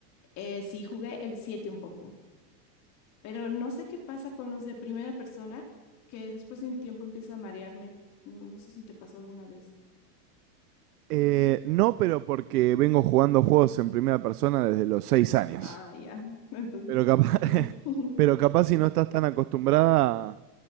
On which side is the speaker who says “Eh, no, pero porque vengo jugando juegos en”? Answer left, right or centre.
Right